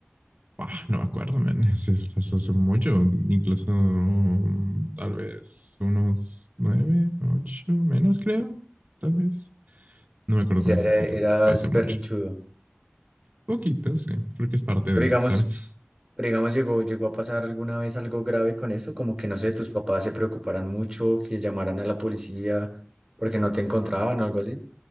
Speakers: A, on the right; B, on the right.
A: ah, no me acuerdo, man. <laughs> Eso es- pasó hace mucho, incluso mm, tal vez unos nueve, ocho, menos creo, tal vez. No me acuerdo
B: O
A: con
B: sea,
A: exactitud,
B: era- eras
A: fue hace mucho.
B: berrinchudo.
A: Poquito, sí. Creo que es parte
B: Pero
A: de,
B: digamos,
A: ¿sabes?
B: Pero digamos, llegó, llegó a pasar alguna vez algo grave con eso, como que no sé, tus papás se preocuparan mucho, que llamaran a la policía porque no te encontraban o algo así.